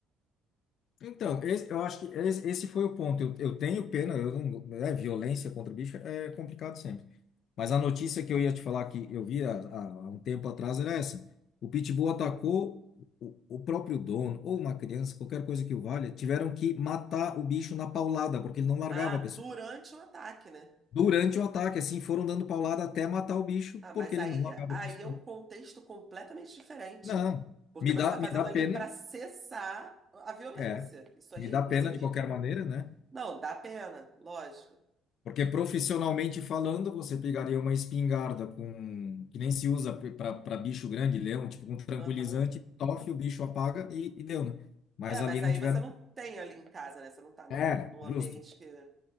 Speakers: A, on the left (about 55°); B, on the right (about 20°).
A: Então, esse- eu acho que esse esse foi o ponto. Eu, eu tenho pena, eu não, né, violência contra o bicho é complicado sempre. Mas a notícia que eu ia te falar que eu vi há, há- há um tempo atrás era essa. O Pitbull atacou o, o próprio dono, ou uma criança, qualquer coisa que o valha, tiveram que matar o bicho na paulada, porque ele não largava
B: Ah,
A: a pessoa.
B: durante o ataque, né?
A: Durante o ataque, assim, foram dando paulada até matar o bicho,
B: Ah, mas
A: porque ele
B: aí,
A: não largava
B: aí
A: a pessoa.
B: é um contexto completamente diferente.
A: Não,
B: Porque
A: me
B: você
A: dá,
B: está fazendo
A: me dá pena,
B: ali para cessar a violência.
A: é,
B: Isso aí,
A: me dá
B: inclusive,
A: pena de qualquer maneira, né?
B: não, dá pena, lógico.
A: Porque profissionalmente falando, você pegaria uma espingarda com que nem se usa para bicho grande, leão, tipo um tranquilizante,
B: Aham.
A: tofe, o bicho apaga e, e deu, né? Mas
B: É,
A: ali
B: mas aí
A: não tiveram.
B: você não tem ali em casa, né? Você não tá num,
A: É,
B: num
A: justo,
B: ambiente que é